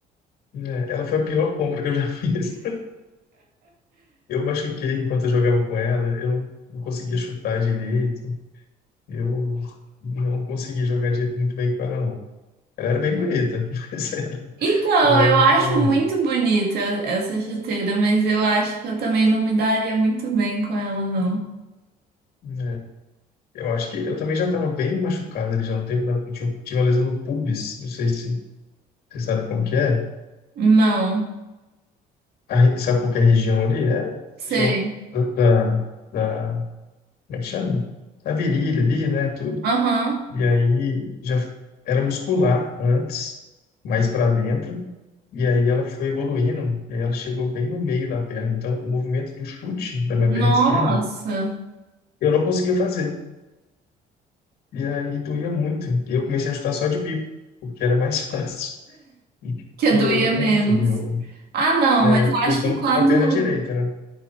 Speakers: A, on the left (about 65°); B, on the right (about 70°).
A: né, ela foi a pior compra que eu já <laughs> fiz. Eu machuquei enquanto eu jogava com ela, eu não, não conseguia chutar direito, eu não conseguia jogar de- muito bem com ela, não. Ela era bem bonita, <laughs> mas ela
B: Então,
A: não
B: eu
A: é muito
B: acho
A: boa,
B: muito
A: não.
B: bonita essa chuteira, mas eu acho que eu também não me daria muito bem com ela, não.
A: É. Eu acho que eu também já estava bem machucado ali já há um tempo, eu tinha- tive uma lesão no pubis, não sei se você sabe como que é.
B: Não,
A: A re- sabe qual que é a região ali? É a
B: sei.
A: região da, da, da- como é que chama? A virilha ali, né, tudo.
B: Aham.
A: E aí já f- era muscular antes, mais para dentro, e aí ela foi evoluindo, e ela chegou bem no meio da perna. Então, o movimento do chute da minha
B: Nossa,
A: perna esquerda, eu não conseguia fazer. E aí doía muito. E eu comecei a chutar só de bico, porque era mais <laughs> fácil. E
B: que
A: piorou
B: doía menos.
A: muito, meu.
B: Ah, não,
A: Né?
B: mas eu
A: Ou
B: acho
A: então
B: que quando,
A: com a perna direita, né?